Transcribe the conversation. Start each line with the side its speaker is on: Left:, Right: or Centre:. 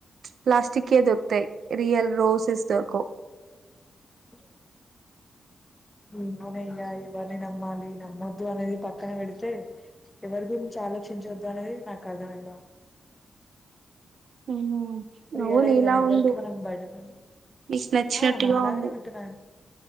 Right: ప్లాస్టికియే దొరుకుతయ్, రియల్ రోసెస్ దొరకవ్
Left: అ ఇన్నోనయ ఇవరిని నమ్మాలి నమ్మొద్దు అనేది పక్కన పెడితే, ఎవర్ ఎవరి గురించి ఆలోచించవద్దు అనేది నాకు అర్థమైంది బ
Right: ఉమ్ నువ్వు
Left: రియలైజ్
Right: నీలా
Left: అనేవరికి
Right: ఉండు
Left: మనం బడెన్,
Right: నీకు నచ్చినట్టుగా
Left: ఆ నాలాగనే
Right: ఉండు
Left: ఉంటున్నా